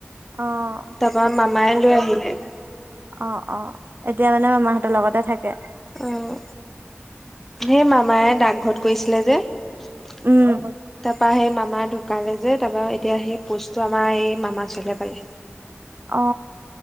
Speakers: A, on the right; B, in the centre.
A: অ',
B: তাৰাপা মামাই। লৈ আহিলে।
A: অ অ এতিয়া মানে মামাহঁতৰ লগতে থাকে।
B: অহ। সেই মামায় ডাকঘৰত কৰিছিলে যে তাৰপা
A: উম।
B: সেই মামাই। ঢুকালে যে তাৰপা এতিয়া সেই পজটো আমাৰ এই মামাজনে পালে।
A: অ